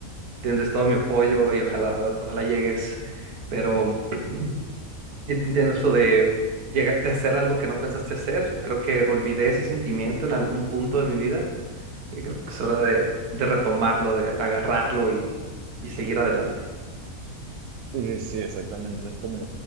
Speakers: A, on the right; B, on the right.
A: tendrás todo mi apoyo y ojalá, ojalá llegues, pero <clears throat> entiendo eso de llegar a hacer algo que no pensaste hacer, creo que olvidé ese sentimiento en algún punto de mi vida Y creo que es hora de, de retomarlo, de agarrarlo y, y seguir adelante.
B: Sí, sí, exactamente, es como